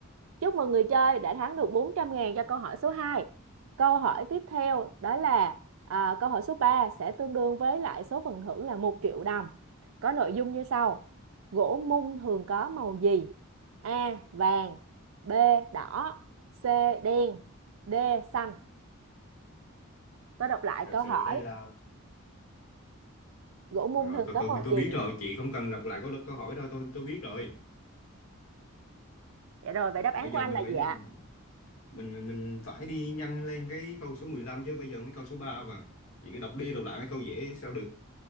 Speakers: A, on the right (about 70°); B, on the left (about 70°).
A: Chúc mừng người chơi đã thắng được 400 ngàn cho câu hỏi số 2. Câu hỏi tiếp theo đó là à, câu hỏi số 3 sẽ tương đương với lại số phần thưởng là một triệu đồng. Có nội dung như sau. Gỗ mung thường có màu gì? A. Vàng B. Đỏ C. Đen D. Xanh Tôi đọc lại
B: thật
A: câu
B: sự
A: hỏi.
B: đây là
A: Gỗ mung
B: rồi, rồi
A: thường
B: tôi
A: có
B: tôi
A: màu
B: tôi
A: gì?
B: biết rồi chị không cần đọc lại câu câu hỏi đâu tôi tôi biết rồi
A: Dạ rồi, vậy đáp án
B: bây
A: của
B: giờ
A: anh
B: mình
A: là
B: phải
A: gì
B: đi,
A: ạ?
B: mình mình mình phải đi nhanh lên cái câu số 15 chứ bây giờ mới câu số 3 mà chị cứ đọc đi đọc lại mấy câu dễ sao được